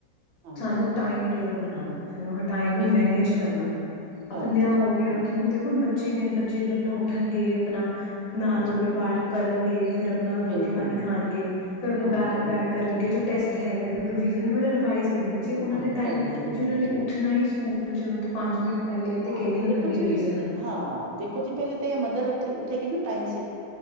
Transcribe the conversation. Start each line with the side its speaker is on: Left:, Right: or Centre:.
Right: ਹਾਂਜੀ
Left: ਸਾਨੂੰ ਟਾਈਮ ਟੇਬਲ ਬਣਾਉਣਾ ਸਾਨੂੰ ਟਮ ਨੂੰ
Right: ਬਿਲਕੁਲ
Left: ਮੈਨੇਜ
Right: ਜੀ
Left: ਕਰਨਾ, ਆਪਨਿਆਂ
Right: ਕਰਕੇ
Left: ਹੋ
Right: ਜਾਣਾ
Left: ਗਿਆ
Right: ਬਿਲਕੁਲ
Left: ਕਿਉਂਕਿ ਦੇਖੋ
Right: ਜੀ
Left: ਬੱਚ ਬੱਚੇ ਨੇ ਬੱਚੇ ਵੀ ਆਪਣਾ ਉੱਠਣਗੇ ਆਪਣਾ ਨਾ
Right: ਹਾਂਜੀ
Left: ਧੋ ਕੇ ਪਾਠ ਕਰਨਗੇ, ਫੇਰ ਆਪਣਾ ਰੋਟੀ-ਪਾਣੀ
Right: ਬਿਲਕੁਲ
Left: ਖਾਣਗੇ।
Right: ਜੀ
Left: ਫੇਰ ਆਪਣੇ
Right: ਆਣਗੇ
Left: ਬੈਗ ਪੈਕ
Right: ਬਿਲਕੁਲ
Left: ਕਰਨਗੇ
Right: ਜੀ
Left: ਜੋ ਟੈਸਟ ਹੈਗਾ ਰਿਵਜ਼ਨ ਥੋੜਾ ਰਿਵਾਇਜ਼ ਕਰਨਗੇ, ਜੇ ਉਹਨਾ
Right: ਹਾਂ
Left: ਨੇ ਟਾਈਮ
Right: ਕਰਨਗੇ ਬਿਲਕੁਲ
Left: ਜੇ ਉਹ ਨੇ
Right: ਜੀ
Left: ਉਠਣਾ ਹੀ ਸਕੂ ਜਾਣ ਤੋਂ ਪੰਜ ਮਿੰਟ ਪਹਿਲੇ ਆ ਤੇ
Right: ਹਾਂ
Left: ਕਿਹੜੀ ਉਹਨਾਂ
Right: ਦੇਖੋ
Left: ਦੀ ਰਿਵੀਜ਼ਨ
Right: ਜੀ
Left: ਆ।
Right: ਹਾਂ, ਦੇਖੋ ਜੀ ਪਹਿਲੇ ਤੇ ਮਦਰ ਉੱਠੇ ਉੱਠੇਗੀ ਨਾ ਟਾਈਮ ਸਿਰ।